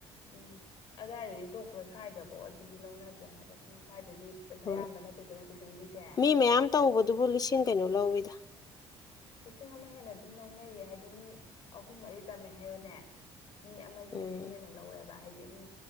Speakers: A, on the left; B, on the left.
A: ꯎꯝ ꯑꯗꯥꯏꯗꯗꯤ ꯇꯣꯛꯈ꯭ꯔꯣ ꯁ꯭ꯏꯗꯐꯧ ꯑꯗꯨꯗꯤ ꯂꯧꯅꯗ꯭ꯔꯦ ꯍꯥꯏꯕ ꯁꯨꯝ ꯁ꯭ꯋꯥꯏꯗꯗꯤ ꯄꯩꯁꯥ
B: ꯍꯣꯏ
A: ꯌꯥꯝꯕ ꯅꯠꯇꯦꯗꯅ ꯇꯨꯏꯁꯟꯒꯤꯁꯦ
B: ꯃꯤ ꯃꯌꯥꯝ ꯇꯧꯕꯗꯨꯕꯨ ꯂꯤꯁꯤꯡ ꯀꯩꯅꯣ ꯂꯧꯋꯤꯗ
A: ꯂꯤꯁꯤꯡ ꯑꯃ ꯍꯦꯟꯅ ꯑꯗꯨꯝ ꯂꯧꯅꯩꯌꯦ ꯍꯥꯏꯗꯤ ꯃꯤ ꯑꯍꯨꯝ ꯃꯔꯤ ꯇꯝꯃꯦ ꯍꯥꯏꯌꯦꯅꯦ ꯃꯤ ꯑꯃꯒꯤ
B: ꯎꯝ
A: ꯂꯤꯁꯤꯡ ꯑꯩꯅ ꯂꯧꯋꯦꯕ ꯍꯥꯏꯗꯤ ꯃꯤ